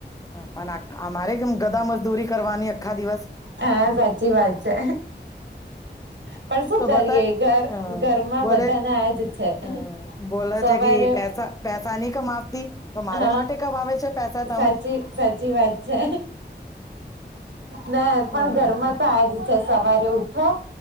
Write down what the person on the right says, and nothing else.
હા સાચી વાત છે, પણ શું
કરીએ
ઘર
ઘરમાં
બધા ના આજ છે.
સવારે
હ
સાચી સાચી વાત છે. ના,
પણ ઘરમાં તો આજ છે, સવારે ઉઠો